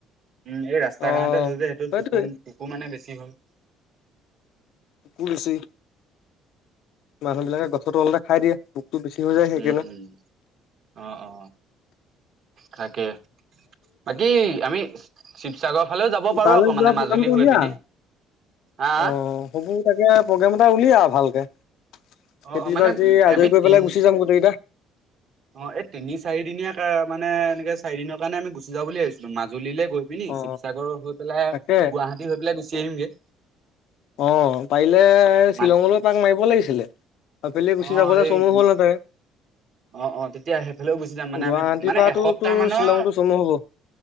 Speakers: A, on the right; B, on the left.
A: উম এই ৰাস্তাখনতে
B: অ
A: হ'ল যে সেইটো
B: সেইটোৱে
A: কুকুৰ কুকুৰ মানে বেছি হ'ল।
B: পোকো বেছি মানুহ বিলাকে গছৰ তলতে খাই দিয়ে বেছি হৈ যায় সেইকাৰণে
A: উম উম অ অ তাকে। বাকী আমি শিৱসাগৰৰ ফালেও যাব পাৰো
B: তালৈ
A: আকৌ
B: যোৱা
A: মানে মাজুলী
B: প্ৰগ্ৰামটো
A: হৈ
B: উলিয়া
A: পিনি। হা
B: অ হব তাকে প্ৰগ্ৰেম এটা উলিয়া ভালকে।
A: অ
B: খেতি
A: অ মানে
B: বাতি আজৰি
A: আমি
B: কৰি
A: তিন
B: পেলাই গুচি যাম গোটেইকেইটা।
A: অ এই তিনি চাৰি দিনীয়া মানে এনেকে চাৰি দিনৰ কাৰণে আমি গুচি যাব বুলি ভাবিছিলো মাজুলীলৈ গৈ পি
B: অ
A: শিৱসাগৰ হৈ পেলাই
B: তাকে
A: গুৱাহাটী হৈ পেলাই গুচি আহিমগে।
B: অ পাৰিলে
A: মান
B: শ্বিলঙলৈ তাক মাৰিব লাগিছিলে। আবেলি গুচি
A: অ
B: যাবলৈ
A: এই
B: চমু হ'ল হেতেন।
A: অ অ তেতিয়া সেইফালেও গুচি যাম মানে
B: গুৱাহাটীৰ
A: আমি মানে
B: পৰাতো
A: এসপ্তাহ
B: তোৰ
A: মানৰ
B: শ্বিলংটো চমু হ'ব,